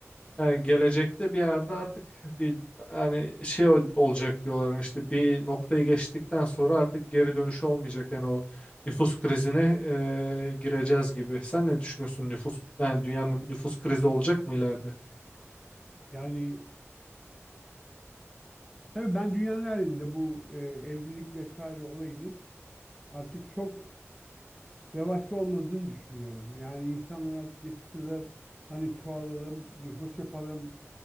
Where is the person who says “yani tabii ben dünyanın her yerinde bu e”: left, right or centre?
Centre